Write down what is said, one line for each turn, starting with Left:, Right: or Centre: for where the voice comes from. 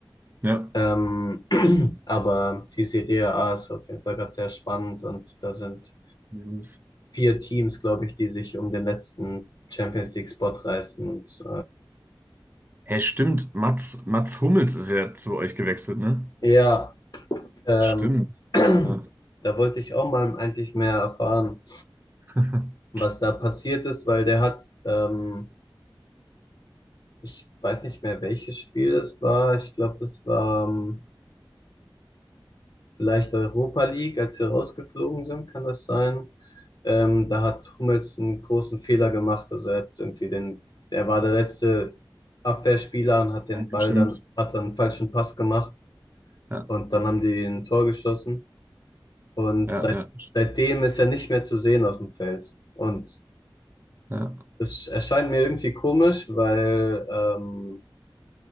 Right: Ja.
Left: Ähm, <clears throat> aber die Serie A ist auf jeden Fall gerade sehr spannend und da sind
Right: Mhm.
Left: vier Teams, glaube ich, die sich um den letzten Champions League-Spot reißen. Und
Right: Hey, stimmt, Mats, Mats Hummels ist ja zu euch gewechselt, ne?
Left: äh, ja, ähm,
Right: Stimmt.
Left: <clears throat> da
Right: Ja,
Left: wollte ich auch mal eigentlich mehr erfahren
Right: <laughs>
Left: was da passiert ist, weil der hat, ähm, ich weiß nicht mehr, welches Spiel das war. Ich glaube, das war ähm, vielleicht Europa League, als wir rausgeflogen sind, kann das sein? Ähm, da hat Hummels einen großen Fehler gemacht. Also er hat irgendwie den, er war der letzte Abwehrspieler und hat den
Right: ja
Left: Ball
Right: stimmt.
Left: dann, hat dann einen falschen Pass gemacht
Right: Ja,
Left: und dann haben die ein Tor geschossen. Und
Right: ja,
Left: seit,
Right: ja,
Left: seitdem ist er nicht mehr zu sehen auf dem Feld. Und
Right: ja.
Left: das erscheint mir irgendwie komisch, weil ähm,